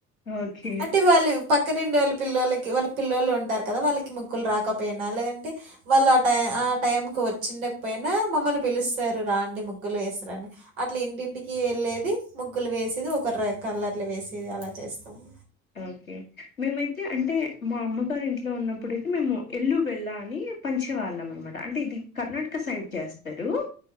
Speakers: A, on the left; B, on the right.
A: ఓకే
B: అంటే వాళ్లు పక్క పిల్లలకి వాళ్ళ పిల్లలు ఉంటారు కదా వాళ్ళకి ముగక్కులు రాకపోయినా లేదంటే వాళ్ళు ఆ టై టైంకి వచ్చిండకపోయినా మమ్మల్ని పిలుస్తారు రాండి ముగ్గులు వేస్తాన్ అట్లా ఇంటింటికి వెళ్ళి లేది ముగ్గులు వేసేది ఒక కలర్లు వేసేది అలా చేస్తాము
A: ఓకే మేమైతే అంటే మా అమ్మగారి ఇంట్లో ఉన్నప్పుడుతే మేము ఎల్లు వెళ్ళా అండి పంచేవాళ్ళం అనమాట అంటే ఇది కర్ణటక సైడ్ చేస్తారు